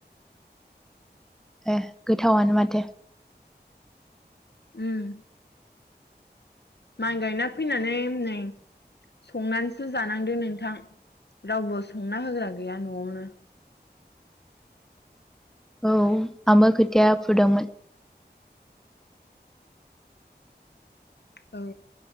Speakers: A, in the centre; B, on the left.
A: ए गोथावनो माथो।
B: उम। माइ गायना फैनानै नै। संनानैसो जानांदो नोंथां रावबो संना होग्रा गैया न'आवनो।
A: औ आंबो खोथिया फुदोंमोन।
B: औ